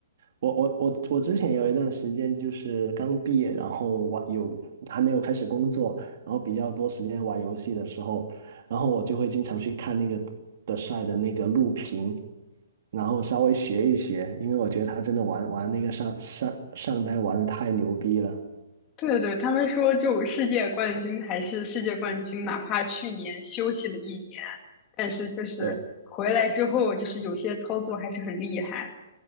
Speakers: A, on the right; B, on the left.
A: 我我我我之前有一段时间就是刚毕业，然后玩有还没有开始工作，然后比较多时间玩游戏的时候，然后我就会经常去看那个的帅的那个录屏，然后稍微学一学，因为我觉得他真的玩玩那个上上上单玩的太牛逼了。
B: 对对对，他们说就世界冠军还是世界冠军，哪怕去年休息了一年，但是就是回来之后，
A: 对。
B: 就是有些操作还是很厉害。